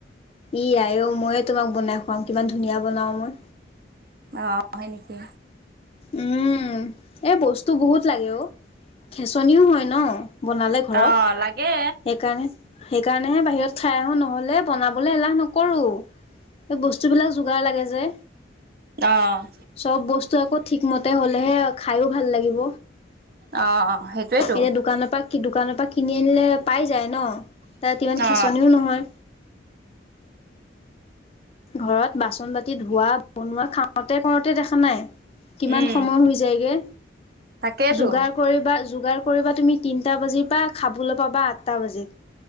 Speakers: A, on the left; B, on the right.
A: ই আইও ময়ে তোমাক বনাই খুৱাম। কিমান ধুনীয়া বনাও মই।
B: অ হয় নেকি?
A: উম, এ বস্তু বহুত লাগে অ। খেচনিও হয় ন বনালে ঘৰত।
B: অ', লাগে।
A: সেইকাৰণে সেইকাৰণেহে বাহিৰত খাই আহো, নহলে বনাবলৈ এলাহ নকৰো। এই বস্তুবিলাক যোগাৰ লাগে যে।
B: অ'।
A: চব বস্তু আকৌ ঠিকমতে হলেহে খাইও ভাল লাগিব।
B: অ, অ সেইটোৱেইটো।
A: এতিয়া দোকানৰ পৰা দোকানৰ পৰা কিনি আনিলে পাই যায় ন? তাত ইমান খেচনিও
B: অ',
A: নহয়। ঘৰত বাচন বাতি ধোৱা, বনোৱা খাওঁতে কওঁতে দেখা নাই। কিমান
B: উম।
A: সময় হৈ যায়গে।
B: তাকেতো।
A: যোগাৰ কৰিবা, যোগাৰ কৰিবা তুমি তিনটা বাজি পা খাবলৈ পাবা আঠটা বাজি।